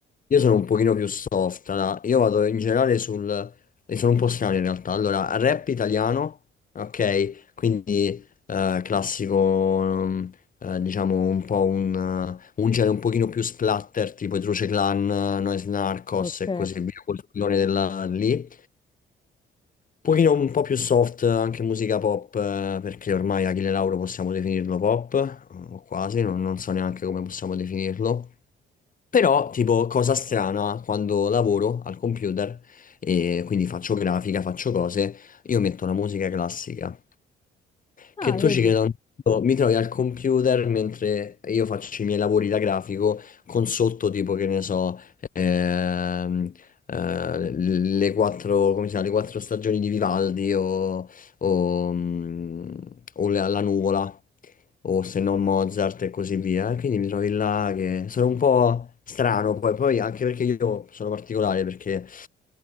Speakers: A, on the left; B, on the left.
A: io sono un pochino più soft. allora, Io vado in generale sul... E sono un po' strano in realtà. Allora, rap italiano, ok? Quindi eh, classico, mm, eh, diciamo, un po' un, eh, un genere un pochino più splatter, tipo i Truce Clan, eh, Noise Narcos
B: Ok.
A: e così via, quel filone della- lì pochino un po' più soft, anche musica pop, eh, perché ormai Achille Lauro possiamo definirlo pop, eh, o quasi, non, non so neanche come possiamo definirlo. Però, tipo, cosa strana, quando lavoro al computer e quindi faccio grafica, faccio cose, io metto la musica classica
B: Ah,
A: che tu
B: vedi?
A: ci creda o no, mi trovi al computer mentre io faccio i miei lavori da grafico con sotto tipo che ne so, ehm, eh, le quattro, come si chiama, le quattro stagioni di Vivaldi o, o, mm, o la, la nuvola o se no Mozart e così via. Quindi mi trovi là che sono un po' strano poi, poi anche perché io sono particolare perché